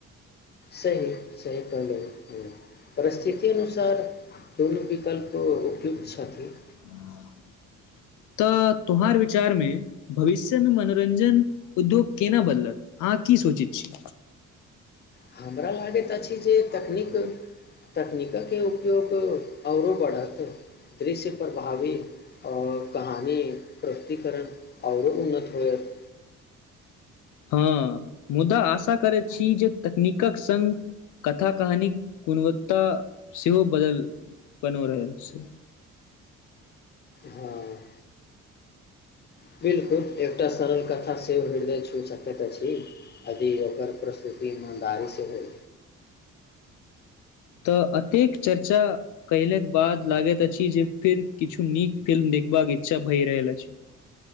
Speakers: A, on the left; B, on the left.
A: सही सही कहलू ह परिस्थिति अनुसार दुनु विकल्पो उपयुक्त छथिन
B: <unintelligible> तऽ तुम्हार विचारमे भविष्यमे मनोरञ्जन उद्योग केना बदलत आ अहाँ की सोचै छी
A: हमरा लागैत अछि जे तकनीक तकनीकके उपयोग आओरो बढ़त दृश्य प्रभावी आओर कहानी प्रस्तिकरण आओरो उन्नत होयत
B: हँ मुदा आशा करैत छी जे तकनीकक संगङ्ग कथा कहानीक गुणवत्ता सेहो बदल बनो रहल छै
A: हँ बिलकुल एकटा सरल कथा सेहो हृदय छू सकैत अछि जी ओकर प्रस्तुति ईमानदारी सँ होय
B: तऽ अतेक चर्चा कयलक बाद लागैत अछि जे फेर किछु नीक फिल्म एक बाग इच्छा भई रहल अछि